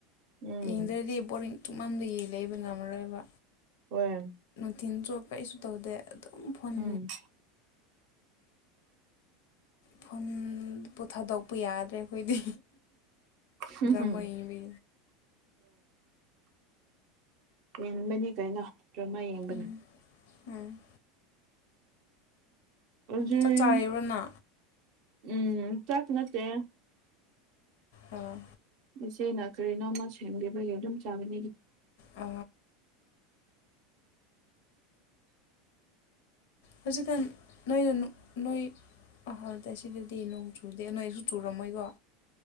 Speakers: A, on the right; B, on the left.
A: ꯎꯝ
B: ꯌꯦꯡꯗ꯭ꯔꯗꯤ ꯕꯣꯔꯤꯡ ꯇꯨꯞꯃꯝꯗꯒꯤ ꯂꯩꯕ ꯉꯝꯃꯔꯣꯏꯕ
A: ꯑꯣꯏꯌꯦ
B: ꯊꯤꯟ ꯆꯣꯄ ꯀꯁꯨ ꯇꯧꯗꯦ ꯑꯗꯨꯝ ꯐꯣꯟ
A: ꯎꯝ
B: ꯐꯣꯟ ꯄ ꯊꯥꯗꯣꯛꯄ ꯌꯥꯗ꯭ꯔꯦ ꯑꯣꯏꯈꯣꯏꯗꯤ
A: ꯍꯝ
B: ꯗ꯭ꯔꯃꯥꯒꯤꯕꯤ
A: ꯌꯦꯦꯟꯕꯅꯤ ꯀꯩꯅꯣ ꯗ꯭ꯔꯃꯥ ꯌꯦꯡꯕꯅꯤ
B: ꯎꯝ ꯎꯝ
A: ꯍꯧꯖꯤꯛ
B: ꯆꯥꯛ ꯆꯥꯔꯤꯕ꯭ꯔꯅ
A: ꯎꯝ ꯆꯥꯛ ꯅꯠꯇꯦ
B: ꯑꯣ
A: ꯏꯆꯦꯅ ꯀꯔꯤꯅꯣꯝꯃ ꯁꯦꯝꯈꯤꯕꯒꯤ ꯑꯗꯨꯝ ꯆꯥꯕꯅꯤ
B: ꯑ ꯍꯧꯖꯤꯀꯥꯟ ꯅꯣꯏꯗ ꯅꯣꯏ ꯑꯍꯗꯦ ꯑꯁꯤꯗꯗꯤ ꯅꯣꯡ ꯆꯨꯗꯦ ꯅꯣꯏꯁꯨ ꯆꯨꯔꯝꯃꯣꯏꯀꯣ